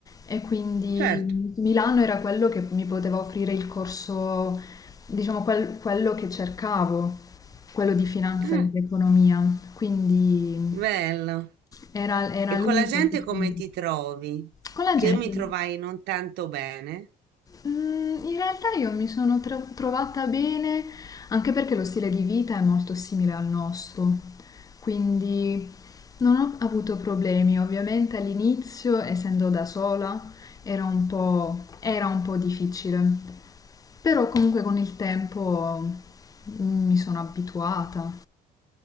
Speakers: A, on the left; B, on the right.
A: E quindi
B: certo.
A: Milano era quello che mi poteva offrire il corso, diciamo, quel- quello che cercavo, quello di finanza
B: Ah,
A: ed economia. Quindi
B: bello.
A: era, era
B: E
A: l'unica
B: con la gente
A: opportunità.
B: come ti trovi?
A: Con la
B: Che
A: gente?
B: io mi trovai non tanto bene.
A: Mm, in realtà io mi sono tra- trovata bene, anche perché lo stile di vita è molto simile al nostro, quindi non ho avuto problemi. Ovviamente all'inizio, essendo da sola, era un po', era un po' difficile, però comunque con il tempo mm, mi sono abituata.